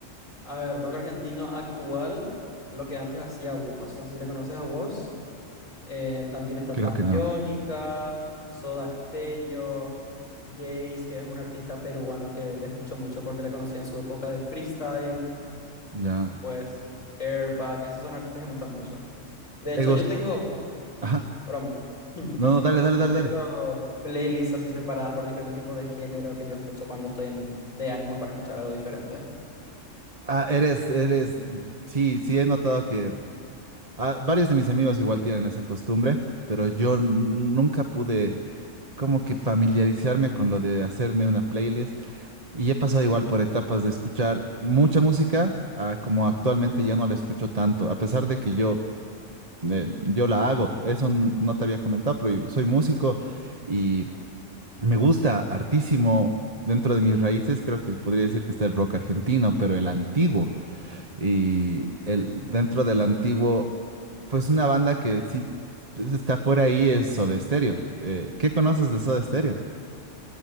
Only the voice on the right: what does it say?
Creo
que no.
Ya.
¿Te
gust-
Ajá.
No, no,
dale, dale,
dale,
dale.
Ah, eres, eres. Sí, sí, he notado que ah, varios de mis amigos igual tienen esa costumbre, pero yo n- nunca pude como que familiarizarme con lo de hacerme una playlist Y he pasado igual por etapas de escuchar mucha música, a como actualmente ya no la escucho tanto, a pesar de que yo, eh, yo la hago. Eso n- no te había comentado, pero yo soy músico y me gusta hartísimo. Dentro de mis raíces creo que podría decir que está el rock argentino, pero el antiguo. Y el, dentro del antiguo, pues una banda que sí pues, está por ahí es Soda Stereo. Eh, ¿qué conoces de Soda Stereo?